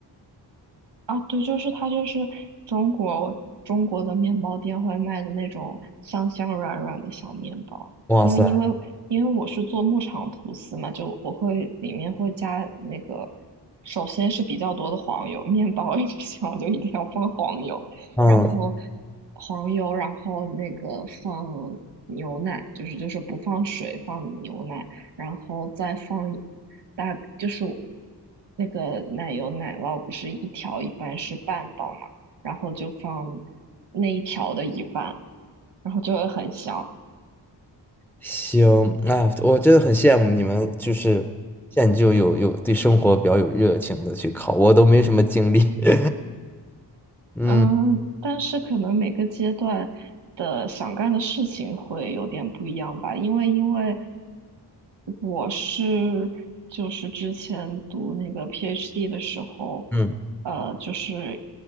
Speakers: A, on the right; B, in the centre.
A: 啊，对，就是它，就是中国中国的面包店会卖的那种香香软软的小面包。
B: 哇塞，
A: 因为因为因为我是做牧场吐司嘛，就我会里面会加那个，首先是比较多的黄油，面包一想就一定要放黄油，
B: 嗯，
A: 然后黄油，然后那个放牛奶，就是就是不放水，放牛奶。然后再放一大就是那个奶油奶酪不是一条一般是半包嘛，然后就放那一条的一半，然后就会很香。
B: 行，那我真的很羡慕你们，就是现在就有有对生活比较有热情的去烤，我都没什么精力。<laughs> 嗯
A: 嗯，但是可能每个阶段的想干的事情会有点不一样吧，因为因为我是就是之前读那个 PhD 的时候，
B: 嗯，
A: 呃，就是